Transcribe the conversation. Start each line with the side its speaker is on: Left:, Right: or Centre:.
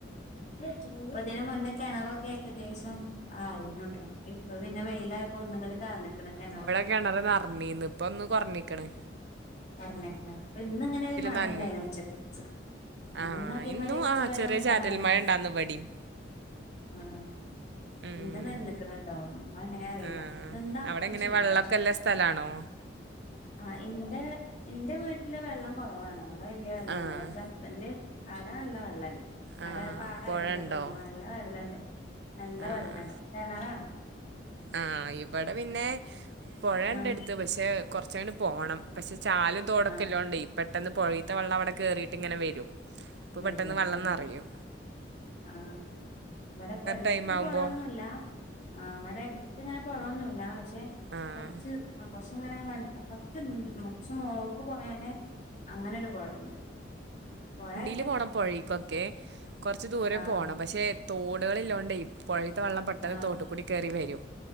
Left: പ്പ ഇതിന്ന് മുന്നേ കെണറൊക്കെ ഏകദേശം ആയിന്നുട്ടോ. ഇപ്പൊ പിന്നെ വെയിലായപ്പോ ഒന്ന് ങ്ങട്ട് താന്ന്ക്ക്ണ് കെണറ്.
Right: കെണറ് നർഞ്ഞീന്ന് പ്പൊന്ന് കൊർ ഞ്ഞിക്ക്ണ്.
Left: കൊർഞ്ഞ്ക്ക്ണ്. ഇപ്പ ഇന്ന് ങ്ങനെരു മഴണ്ടായ്നു
Right: നന്
Left: ഉച്ചക്ക് ഉച്ച
Right: ആഹ്
Left: ഇന്ന് അതേമാതിരി
Right: ഇന്നും
Left: ഉച്ച
Right: ആ
Left: വരെ
Right: ചെറിയ
Left: നല്ല
Right: ചാറ്റൽ
Left: മഴയാണ്
Right: മഴ ഇണ്ടായിന്നു വടിം.
Left: ആഹ്
Right: ഉം
Left: ഇന്ന് നിന്ന്ക്ക്ണോട്ടൊ പ്പൊങ്ങനെ അറീല്ല.
Right: ആഹ്
Left: നിന്നാപ്പം
Right: അവിടെ എങ്ങനെ
Left: ചൂടാ.
Right: വെള്ളൊക്കെല്ല സ്ഥലാണോ
Left: ആഹ് ഇന്റെ ഇന്റെ വീട്ട്ല് വെള്ളം കൊറവാണ്. ബടെ വല്യ വള്ളന്നുല്ല.
Right: ആഹ്
Left: പഷേ ഹസ്ബൻഡ് അവ്ടെ നല്ല വെള്ളാണ്ട്.
Right: ആഹ്
Left: അടാ പാടയതോണ്ടാ
Right: പൊഴണ്ടോ
Left: തോന്ന്ണു നല്ല വെള്ളണ്ട്. നല്ല
Right: ആഹ്
Left: വെള്ളണ്ട് കെണറാണ്.
Right: ആഹ് ഇവടെ പിന്നെ പൊഴണ്ടെട്ത്ത്
Left: ആഹ്
Right: പഷേ കൊർച്ചങ്ങണ്ട് പോണം. പഷേ ചാലും, തോടൊക്കെള്ളോണ്ടേ
Left: ആഹ്
Right: പെട്ടെന്ന് പൊഴേത്തെ വെ ള്ള അവിടെ കേറിയിട്ടിങ്ങനെ വരും. അപ്പ
Left: വരും
Right: പെട്ടെന്നു വള്ളംനറയും.
Left: ആഹ് ആഹ് ഇവടെ പ്പട്ത്ത്
Right: ടൈം ആവുമ്പോ
Left: പൊഴൊന്നുല്ല. ആഹ് ഇവടെ അട്ത്ത് ങ്ങനെ പൊഴൊന്നുല്ല പഷേ
Right: ആഹ്
Left: കൊർച്ച് കൊർച്ച്ങ്ങനെ <unintelligible> മോൾക്ക് പോയാല് അങ്ങനൊരു പൊയണ്ട്. പൊഴായ്
Right: ല് പോണം പൊഴേക്കൊക്കെ കൊർച്ചു ദൂരേ
Left: ആഹ്
Right: പോണം. പഷേ തോട്കള്ല്ലോണ്ടേ പൊഴേത്തെ വ ള്ളം പെട്ടെന്ന്
Left: ആഹ്
Right: തോട്ട് കൂടി കേറിവരും.